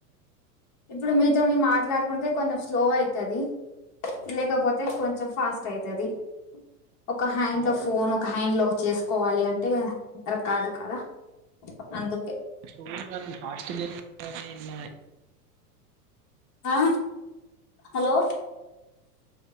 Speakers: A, on the left; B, on the right.
A: ఇప్పుడు మీతోని మాట్లాడుకుంటే కొంచెం స్లో అయితది లేకపోతే కొంచెం ఫాస్ట్ అయితది ఒక హ్యాండ్
B: అరే,
A: లో ఫోన్ ఒక హ్యాండ్ లో వ చేసుకోవాలి అంటే ఇగ కరెక్ట్ కాదు కదా అందుకే
B: టూ ఇన్ వన్ <unintelligible> ఇన్న
A: ఆ హలో